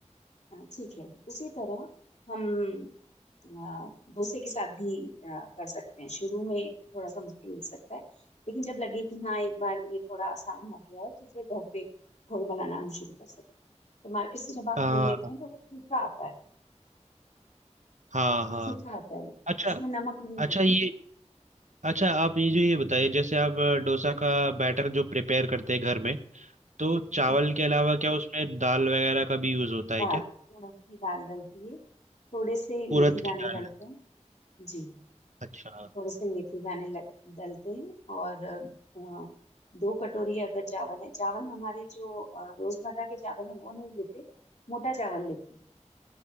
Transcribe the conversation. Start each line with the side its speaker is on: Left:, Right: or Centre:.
Left: अ, ठीक है उसी तरह हम अ, डोसे के साथ भी अ, कर सकते हैं शुरू में थोड़ा सा मुश्किल लग सकता है लेकिन जब लगे कि हाँ एक बार ये थोड़ा आसान हो गया है तो फिर घर पे घोल बनाना हम शुरू कर सकते हैं तो मार्केट से जब आप
Right: हाँ
Left: घोल लेते हैं तो वो फीका आता है
Right: हाँ
Left: वो
Right: हाँ
Left: फीका आता है
Right: अच्छा
Left: उसमें नमक नहीं
Right: अच्छा
Left: होता
Right: ये अच्छा आप ये जो ये बताइए जैसे आप अ, डोसा का बैटर जो प्रिपेयर करते हैं घर में तो चावल
Left: जी
Right: के अलावा क्या उसमें दाल वगैरह का भी यूज़ होता है
Left: दाल
Right: क्या
Left: उड़द की दाल डलती है थोड़े से
Right: उड़द
Left: मेथी
Right: की
Left: दाने
Right: दाल
Left: डलते हैं जी
Right: अच्छा
Left: थोड़े से मेथी दाने लग- डलते हैं और अ, दो कटोरी अगर चावल है चावल हमारे जो अ, रोजमर्रा के चावल हैं वो नहीं लेते मोटा चावल लेते हैं